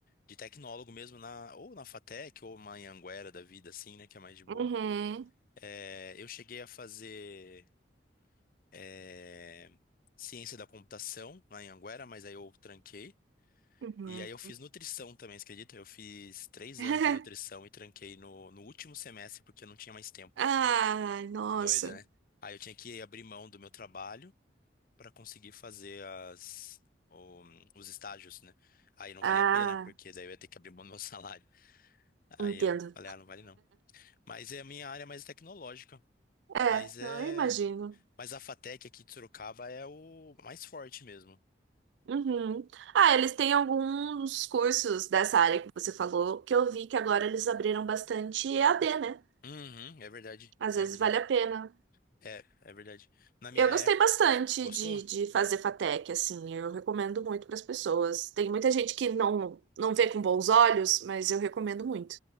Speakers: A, on the left; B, on the right.
A: de tecnólogo mesmo na ou na FATEC ou uma Anhanguera da vida assim, né, que é mais de boa.
B: Uhum.
A: É, eu cheguei a fazer é, ciência da computação na Anhanguera, mas aí eu tranquei.
B: Uhum.
A: E aí eu fiz nutrição também, você acredita? Eu fiz três
B: <laughs>
A: anos de nutrição e tranquei no, no último semestre porque eu não tinha mais tempo.
B: Ai, nossa.
A: Doida, né? Aí eu tinha que abrir mão do meu trabalho para conseguir fazer as, o- os estágios, né? Aí não
B: Ah,
A: valia a pena, porque daí eu ia ter que abrir mão do meu <laughs> salário. Aí
B: entendo.
A: eu não- falei, ah, não vale não. Mas é a minha área mais tecnológica.
B: É,
A: Mas é.
B: não, eu imagino.
A: Mas a FATEC aqui de Sorocaba é o mais forte mesmo.
B: Uhum. Ah, eles têm alguns cursos dessa área que você falou, que eu vi que agora eles abriram bastante EAD, né?
A: Uhum, é verdade.
B: Às
A: É
B: vezes
A: verdade.
B: vale a pena.
A: É, é verdade. Na minha
B: Eu gostei
A: época.
B: bastante
A: Gostou?
B: de, de fazer FATEC, assim, eu recomendo muito para as pessoas. Tem muita gente que não, não vê com bons olhos, mas eu recomendo muito.